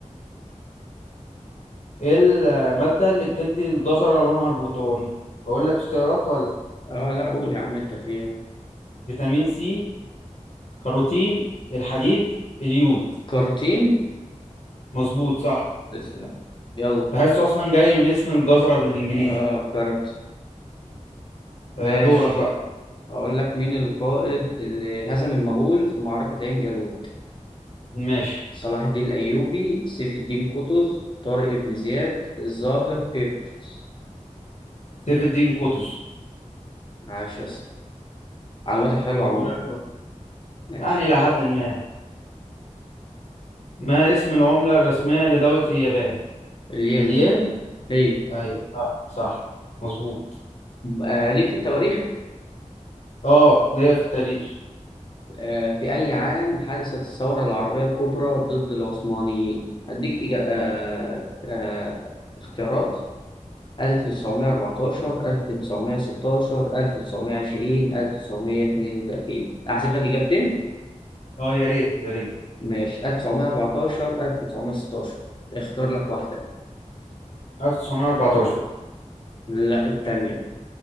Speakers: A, on the left (about 70°); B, on the left (about 40°).
A: ايه المادة اللي بتدي الجزرة لونها البرتقاني؟ هقول لك اختيارات ولا
B: اه لا قول يا عم انت فين
A: فيتامين سي كاروتين الحديد اليود
B: كارتين
A: مظبوط صح
B: تسلم يلا
A: تحسه اصلا جاي من اسم الجزرة بالانجليزي
B: اه كارت
A: آه،
B: ماشي
A: دورك بقى
B: بقول لك مين القائد اللي هزم المغول في معركة عين جالوت
A: ماشي
B: صلاح الدين الأيوبي سيف الدين قطز طارق بن زياد الظاهر بيبرس
A: سيف الدين قطز
B: عاش يا اسطى معلوماتك حلوة عموما
A: دوري أنا بقى.
B: ماشي
A: يعني لحد ما ما اسم العملة الرسمية لدولة اليابان
B: الين
A: الين
B: هي
A: ايوه صح صح مظبوط
B: آه ليك في التواريخ
A: اه ليا في التاريخ
B: آه، في أي عام حدثت الثورة العربية الكبرى ضد العثمانيين؟ أديك إجا- آه، آه، اختيارات 1914 1916 1920 1932 أحذف لك إجابتين؟
A: اه يا ريت يا ريت
B: ماشي 1914 1916 اختار لك واحدة
A: 1914
B: لا التانية